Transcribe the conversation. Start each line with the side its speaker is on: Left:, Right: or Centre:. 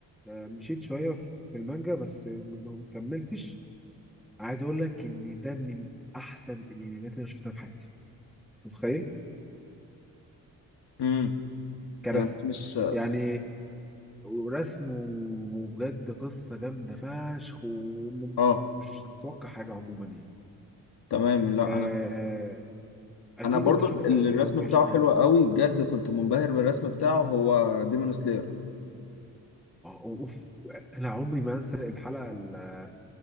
Centre: آه مشيت شويه في المانجا بس ما ما كملتش عايز اقول لك ان ده من احسن الانميات اللي انا شفتها في حياتي أنت متخيل
Left: امم
Centre: كرسم
Left: يعني مش
Centre: يعني ورسم وبجد قصه جامده فشخ ومش
Left: اه
Centre: تتوقع حاجه عموما يعني
Left: تمام لا
Centre: آه
Left: انا
Centre: اكيد
Left: انا برضو
Centre: انت شفت
Left: ال-
Centre: اه
Left: الرسم
Centre: ماشي
Left: بتاعه حلو قوي بجد كنت منبهر بالرسم بتاعه هو ديمون سلاير
Centre: اه اوف انا عمري ما انسى الحلقه ال-